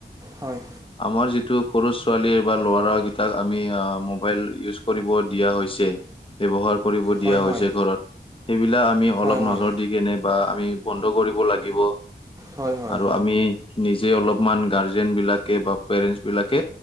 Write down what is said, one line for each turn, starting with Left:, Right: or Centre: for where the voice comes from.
Right: হয়
Left: আমাৰ যিটো সৰু ছোৱালীৰ বা ল'ৰাকেইটাক আমি মোবাইল ইউজ কৰিব দিয়া হৈছে ব্যৱহাৰ কৰিব দিয়া
Right: হয়
Left: হৈছে
Right: হয়
Left: ঘৰত সেইবিলাক আমি অলপ
Right: হয় হয়
Left: নজৰ দি কেনে বা আমি বন্ধ কৰিব লাগিব
Right: হয় হয়
Left: আৰু আমি নিজ যে অলপমান গাৰ্জেন বিলাকে বা পেৰেন্টছ বিলাকে